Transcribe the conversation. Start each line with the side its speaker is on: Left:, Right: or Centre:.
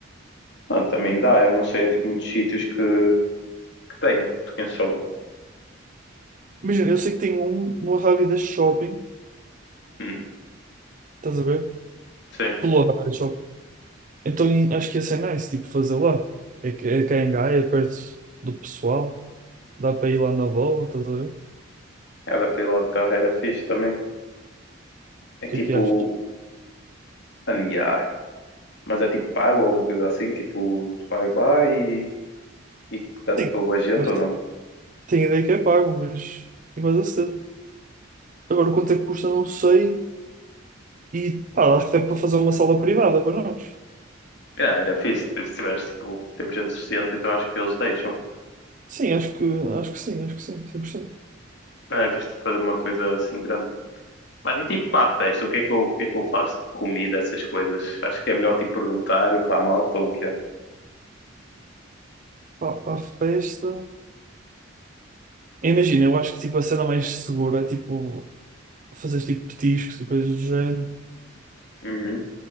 Left: Ah, também dá, eu não sei, é tipo muitos sítios que, que tem, tu conheces algum?
Right: Imagina, eu sei que tem um no Arrábida Shopping,
Left: Hum,
Right: estás a ver?
Left: sim.
Right: Pelo Arrábida Shopping. Então e- acho que ia ser nice, tipo, fazer lá. É, que- é cá em Gaia, é perto do pessoal. Dá para ir lá na bola, estás a ver? O
Left: Era para ir lá de carro, era fixe também. É
Right: que
Left: tipo,
Right: é que achas?
Left: mano, yeah, Mas é tipo pago ou alguma coisa assim, tipo, tu pagas lá e e está tipo
Right: Sim.
Left: a boa gente
Right: mas
Left: ou não?
Right: Tem ideia que é pago, mas tenho quase a certeza. Agora quanto é que custa, não sei. E pá, acho que dá para fazer uma sala privada para nós.
Left: Ah, era fixe, se tiveres tipo, temos gente suficiente, então acho que eles deixam.
Right: Sim, acho que, acho que sim, acho que sim, 100%.
Left: Ah, é fixe tipo, fazer uma coisa assim grande. Mano, e tipo para a festa, o que é que eu, o que é que eu faço? Tipo, Comida, essas coisas. Acho que é melhor tipo perguntar para a malta ou o quê?
Right: Pá, para a festa. Imagina, eu acho que tipo, a cena mais segura é tipo fazer tipo petiscos e coisas do género.
Left: Uhum.